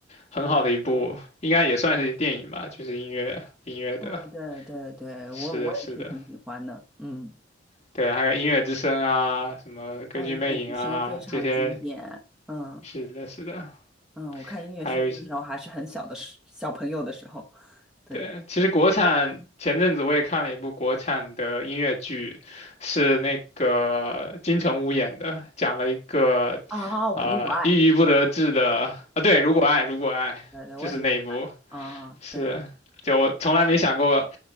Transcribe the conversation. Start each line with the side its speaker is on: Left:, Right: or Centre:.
Left: 很好的一部，应该也算是电影吧，就是音乐音乐的，
Centre: 对对对对，
Left: 是的，
Centre: 我我也是挺喜欢的，
Left: 是的，
Centre: 嗯，
Left: 对，还有音乐之声啊，什么歌剧魅影啊，
Centre: 哦，音乐之声非常经典，
Left: 这些，
Centre: 嗯
Left: 是的，是的，
Centre: 嗯，我看音乐之声的时候还是很小的时，
Left: 还有一些，
Centre: 小朋友的时候，对
Left: 对，其实国产前阵子我也看了一部国产的音乐剧，是那个金城武演的，讲了一个
Centre: 啊，我如果爱，
Left: 呃郁郁不得志的啊，对，如果爱，如果爱，
Centre: 对对，我也很喜欢，
Left: 就是那一部，
Centre: 啊，
Left: 是，
Centre: 对。
Left: 就我从来没想过